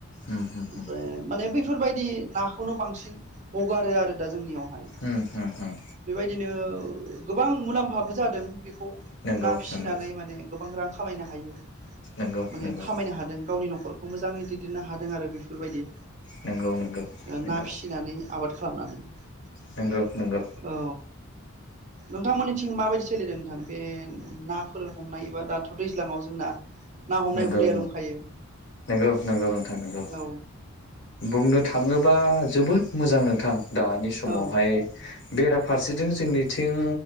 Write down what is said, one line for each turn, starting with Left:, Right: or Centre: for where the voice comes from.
Left: उम उम
Right: ओमफ्राय
Left: उम
Right: माने बैफोरबायदि नाखौनो बांसिन। हगारो आरो दा जोंनियावहाय।
Left: उम होम होम
Right: बेबायदिनो गोबां मुलाम्फाबो जादों बेखौ।
Left: नंगौ
Right: ना फिसिनानै
Left: नंगौ
Right: माने गोबां रां खामायनो हायो
Left: नंगौ
Right: माने
Left: नंगौ
Right: खामायनो हादों गावनि न'खर खौ मोजाङै दैदेननो हादों आरो बेफोरबायदि।
Left: नंगौ नंगौ। नंगौ
Right: ना फिसिनानै आबाद खालामनानै।
Left: नंगौ नंगौ
Right: औ। नोंथांमोननिथिं माबायदि सोलिदों नोंथां बे नाफोर हमनाय एबा दाथ' दैज्लाङाव जोंना। ना हमनाय
Left: नंगौ
Right: हुदाया
Left: नंगौ
Right: दंखायो।
Left: नंगौ नंगौ नोंथां नंगौ
Right: औ
Left: बुंनो थाङोबा जोबोद मोजां नोंथां। दानि समावहाय
Right: औ
Left: बेराफारसेथि जोंनिथिं